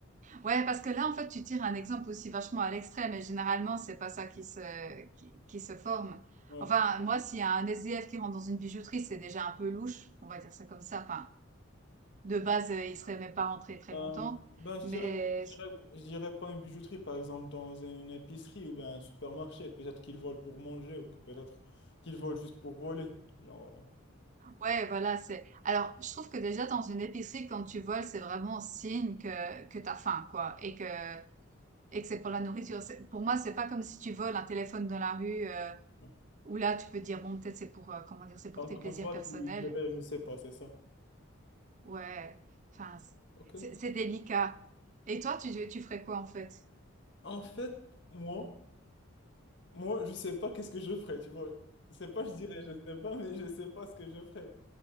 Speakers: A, on the right; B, on the left.
A: Ouais, parce que là, en fait, tu tires un exemple aussi vachement à l'extrême et généralement, c'est pas ça qui se, qui, qui se forme.
B: Ouais.
A: Enfin, moi, s'il y a un SDF qui rentre dans une bijouterie, c'est déjà un peu louche, on va dire ça comme ça. Enfin, de base, euh, il serait même pas rentré très
B: Euh,
A: longtemps.
B: ben, je
A: Mais
B: dirais, je dirais, je dirais pas une bijouterie, par exemple, dans une épicerie ou bien un supermarché. Peut-être qu'ils volent pour manger ou que peut-être qu'ils volent juste pour voler. Genre, euh,
A: ouais, voilà, c'est. Alors, je trouve que déjà dans une épicerie, quand tu voles, c'est vraiment signe que que t'as faim, quoi, et que et que c'est pour la nourriture. C'est- Pour moi, c'est pas comme si tu voles un téléphone dans la rue, euh,
B: ouais.
A: où là, tu peux te dire bon, peut-être c'est pour euh, comment dire, c'est pour
B: Donc,
A: tes plaisirs
B: en soi,
A: personnels.
B: tu dirais, je sais pas, c'est ça.
A: Ouais, enfin,
B: Ok.
A: c'est c'est délicat. Et toi, tu, tu ferais quoi en fait?
B: En fait, moi, moi, je sais pas qu'est-ce que je ferais, tu vois. C'est pas, je dirais, je sais pas, mais je sais pas ce que je ferais.